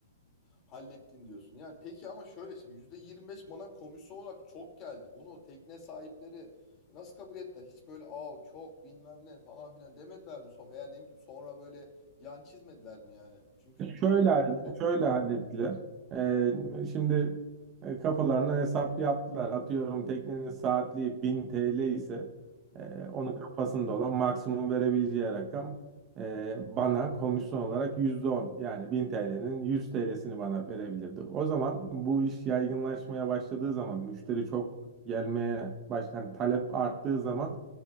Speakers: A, on the left; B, on the right.
A: hallettin diyorsun. Yani peki ama şöyle şimdi %25 bana komisyon olarak çok geldi. Bunu tekne sahipleri nasıl kabul ettiler? Hiç böyle aa çok bilmem ne falan filan demediler mi sonra? Veya ne bileyim sonra böyle yan çizmediler mi yani? Çünkü
B: Şöyle hall-
A: çok...
B: şöyle hallettiler. Ee, şimdi e, kafalarına hesap yaptılar. Atıyorum teknenin saatliği 1000 TL ise
A: Hı
B: e, onun kafasında olan maksimum verebileceği rakam e, bana komisyon olarak yüzde on yani 1000 TL'nin 100 TL'sini bana verebilirdi. O zaman bu iş yaygınlaşmaya başladığı zaman müşteri çok gelmeye başlar, talep arttığı zaman